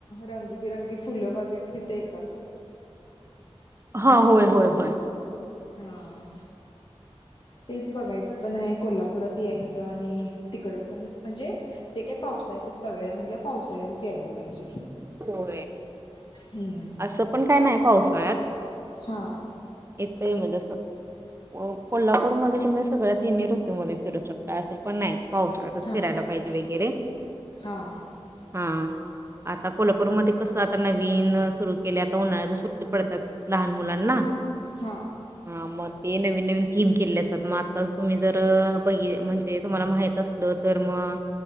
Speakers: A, on the left; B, on the right.
A: रंगीबिरंगी फुलं वगैरे तिथे येतात
B: हा होय होय होय.
A: हा तेच बघायचं पण आहे कोल्हापुरात यायचं आणि तिकडं पण म्हणजे ते काय पावसाळ्यातच बघायला म्हटलं पावसाळ्यातच यायला पाहिजे.
B: होय
A: हम्म
B: असं पण काय नाही पावसाळ्यात
A: हा.
B: ते म्हणजे असं कोल्हापूरमध्ये तुम्ही सगळ्या तिन्ही ऋतूमध्ये फिरू शकता असं पण नाही.. पावसाळ्यातच
A: हा
B: फिरायला पाहिजे वगैरे,
A: हा
B: हा आता कोल्हापूरमध्ये.. कसं आता नवीन सुरू केल्या उन्हाळ्याच्या सुट्टी पडतात लहान मुलांना
A: हा
B: हा म ते नवीन नवीन थीम केले असतात मग आत्ता तुम्ही जर बघी म्हणजे तुम्हाला माहित असलं तर मग